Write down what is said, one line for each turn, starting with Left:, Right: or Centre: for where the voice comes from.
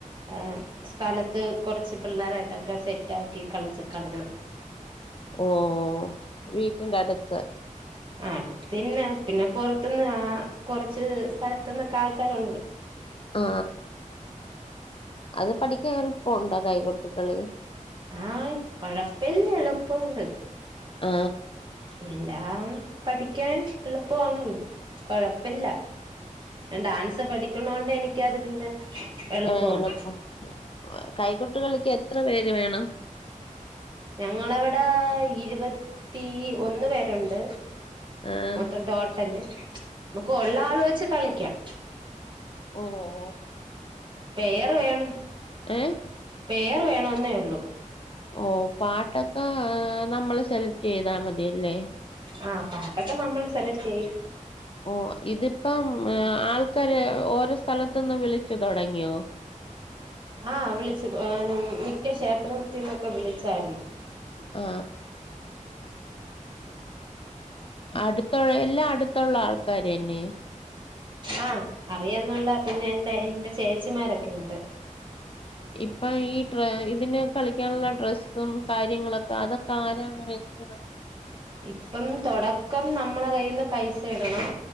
Right: ആഹ് സ്ഥലത്ത് കൊറച്ച് പിള്ളാരായ്ട്ടൊക്കെ സെറ്റാക്കി കളിച്ച കളികളാ
Left: ഓഹ് വീട്ടിന്റെ അടുത്ത്.
Right: ആഹ് അട്ത്തിന്നെ പിന്നെ പൊറത്ത്ന്ന് ആ കൊറച്ച് സ്ഥലത്തുന്നൊക്കെ ആൾക്കാരുണ്ട്.
Left: ആ അത് പഠിക്കാ എള്പ്പൊണ്ടോ കൈകൊട്ടികളി
Right: ആഹ കൊഴപ്പില്ല എളുപ്പൊണ്ട്
Left: ആ
Right: എല്ലാം പഠിക്കാൻ എളുപ്പവാണല്ലോ കൊഴ പ്പില്ല ഞാന് ഡാൻസ് പഠിക്കണോണ്ട് എനിക്കത് പിന്നെ എളുപ്പമാണ്
Left: ഏ എളുപ്പം കൈകൊട്ടുകളിക്ക് എത്ര പേര് വേണം
Right: ഞങ്ങളവടെ ഇരുപത് തീ ഒന്ന് പേരൊണ്ട്
Left: ആഹ്
Right: മൊത്തം ടോട്ടല് നമ്കൊള്ള ആള് വെച്ച് കളിക്കാം
Left: ഓ ഓ
Right: പെയറ് വേണം
Left: ഏഹ്
Right: പേയറ് വേണോന്നെ ഉള്ളു
Left: ഓ പാട്ടൊക്ക നമ്മള് സെലക്ട് ചെയ്താമതി മതിയല്ലെ
Right: ആഹ് പാട്ടൊക്കെ നമ്മൾ സെലക്ട് ചെയ്യും
Left: ഓ ഇത് ഇപ്പം എ ആൾക്കാര് ഓരോ സ്ഥലത്ന്ന് വിളിച്ച് തൊടങ്ങിയോ
Right: ആ വിളിച്ചു ആ മിക്ക ക്ഷേത്രത്തിന്നൊക്കെ വിളിച്ചാര്ന്നു
Left: ആ അടുതൊള്ള എല്ലാ അടുതൊള്ള ആൾക്കാര്അന്നെ
Right: ആ അറിയന്നുള്ള പിന്നെ എന്റെ എന്റെ ചേച്ചിമാരൊക്കെ ഒണ്ട്
Left: ഇപ്പ ഈ ട്രാ ഇതിന് കളിക്കാനുള്ള ഡ്രെസ്സും കാര്യങ്ങളൊക്ക അതൊക്കെ ആരാണ് മേടിക്കണ
Right: ഇപ്പം തൊടക്കം നമ്മളെ കയ്യിന്ന് പൈസ ഇടണം